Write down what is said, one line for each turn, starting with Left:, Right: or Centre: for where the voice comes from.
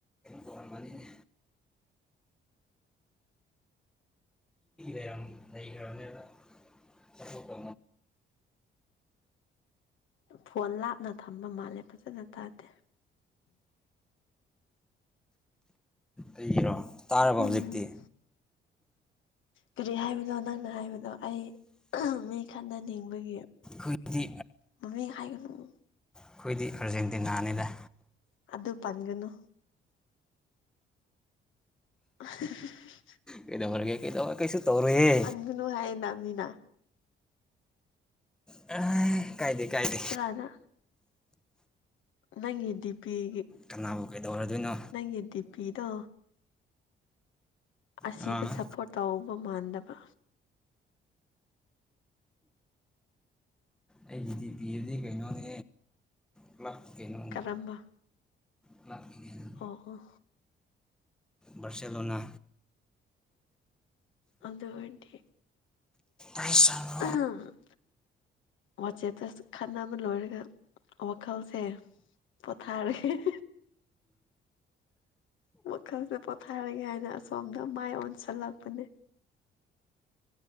Centre: ꯐꯣꯟꯕꯅꯤꯅꯦ ꯀꯌꯥꯝ ꯂꯩꯈ꯭ꯔꯕꯃꯦꯕ ꯀꯣ ꯀ
Left: ꯐꯣꯟ ꯂꯥꯞꯅ ꯊꯝꯕ ꯃꯥꯜꯂꯦ ꯐꯖꯅ ꯇꯥꯗꯦ
Centre: ꯑꯩꯒꯤꯔꯣ ꯇꯥꯔꯕ
Left: ꯎꯝ
Centre: ꯍꯧꯖꯤꯛꯇꯤ
Left: ꯀꯔꯤ ꯍꯥꯏꯕꯅꯣ ꯅꯪꯅ ꯍꯥꯏꯕꯗꯣ ꯑꯩ ꯃꯤ ꯈꯟꯅꯅꯤꯡꯕꯒꯤ
Centre: ꯑꯩꯨꯏꯗꯤ
Left: ꯃꯃꯤꯡ ꯍꯥꯏꯒꯅꯨ
Centre: ꯑꯩꯈꯣꯏꯗꯤ ꯑꯔꯖꯦꯟꯇꯤꯅꯥꯅꯤꯗ
Left: ꯑꯗꯨ ꯄꯟꯒꯅꯨ <unintelligible> <unintelligible>
Centre: ꯀꯩꯗꯧꯔꯒꯦ ꯀꯩꯗꯧꯧꯕꯔ ꯀꯩꯁꯨ ꯇꯧꯔꯑꯦ
Left: ꯅꯨ ꯍꯥꯏꯌꯦꯅ ꯃꯤꯅꯥ
Centre: ꯑ ꯀꯥꯏꯗꯦ ꯀꯥꯏꯗꯦ
Left: ꯆꯂꯅ ꯅꯪꯒꯤ ꯗꯤ ꯄꯤꯒꯤ
Centre: ꯀꯅꯥꯕꯨ ꯀꯩꯗꯧꯔꯗꯣꯏꯅꯣ
Left: ꯑꯩꯒꯤ ꯗꯤ ꯄꯤꯗꯣ ꯑꯁꯤꯗ
Centre: ꯑꯥ
Left: ꯁꯞꯄꯣꯔꯠ ꯇꯧꯕ ꯃꯥꯟꯗꯕ
Centre: ꯑꯩꯒꯤ ꯗꯤ ꯄꯤ ꯑꯦꯗꯤ ꯀꯩꯅꯣꯅꯦ ꯀ꯭ꯂ꯭ꯂꯞꯀꯅꯅꯦ
Left: ꯀꯔꯝꯕ
Centre: ꯀ꯭ꯂꯞꯀꯤꯅꯦ ꯑꯗꯨ
Left: ꯑꯣ ꯑꯣ
Centre: ꯕꯔꯁꯦꯂꯣꯅꯥ
Left: ꯑꯗꯨ ꯑꯣꯏꯔꯗꯤ
Centre: <unintelligible>
Left: ꯑꯥꯍꯝ <unintelligible> ꯋꯥꯆꯦꯞꯇ ꯈꯠꯅꯕ ꯂꯣꯏꯔꯒ ꯋꯥꯈꯜꯁꯦ ꯄꯣꯊꯔꯤ <unintelligible> ꯋꯥꯈꯥꯜꯁꯦ ꯄꯣꯊꯥꯔꯤꯒꯦ ꯍꯥꯏꯅ ꯑꯁꯣꯝꯗ ꯃꯥꯏ ꯑꯣꯟꯁꯤꯜꯂꯛꯄꯅꯦ